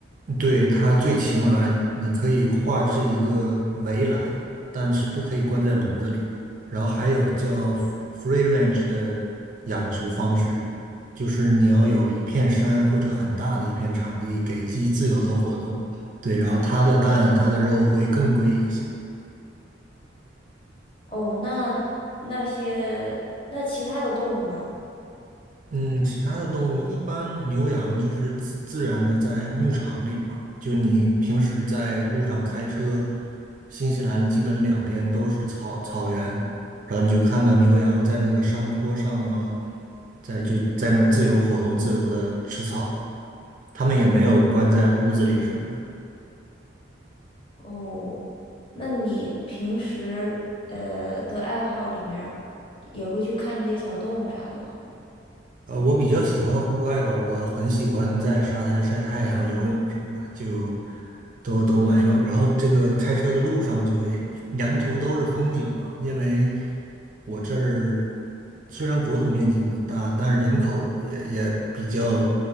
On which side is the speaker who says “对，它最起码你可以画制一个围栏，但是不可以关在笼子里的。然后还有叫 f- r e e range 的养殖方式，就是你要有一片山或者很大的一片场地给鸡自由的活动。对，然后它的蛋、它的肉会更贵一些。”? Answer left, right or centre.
Right